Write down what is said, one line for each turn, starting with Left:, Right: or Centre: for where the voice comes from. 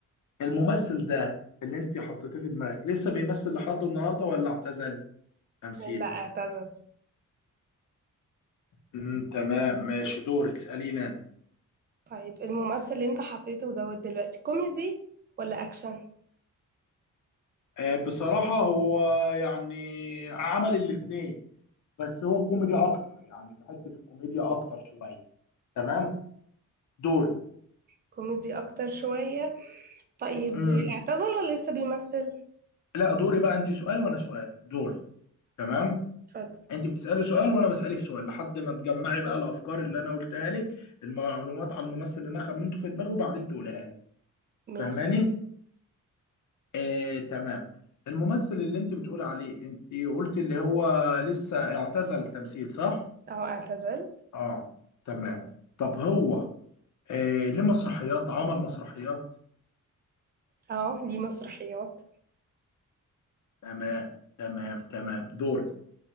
Left: الممثل ده اللي انت حطيته في دماغك لسه بيمثل لحد النهارده ولا اعتزل تمثيل
Right: لا اعتزل
Left: مم، تمام ماشي دورك اساليني انا
Right: طيب الممثل اللي أنت حطيته دوت دلوقتي كوميدي ولا أكشن
Left: آه، بصراحه هو يعني عمل الاتنين بس هو كوميدي اكتر يعني في حته الكوميديا اكتر شويه تمام دوري
Right: كوميدي أكتر شوية طيب
Left: مم.
Right: اعتزل ولا لسه بيمثل
Left: لا دوري بقى انت سؤال وانا سؤال دوري تمام
Right: اتفضل
Left: انت بتسالي سؤال وانا بسالك سؤال لحد ما تجمعي بقى الافكار اللي انا قلتها لك المعلومات عن الممثل اللي انا خمنته في دماغي وبعدين تقولها لي
Right: ماشي
Left: فاهماني آه تمام الممثل اللي انت بتقولي عليه انت قلت اللي هو لسه اعتزل التمثيل صح
Right: أهو اعتزل
Left: اه تمام طب هو آه ليه مسرحيات عمل مسرحيات
Right: أهو ليه مسرحيات
Left: تمام تمام تمام دوري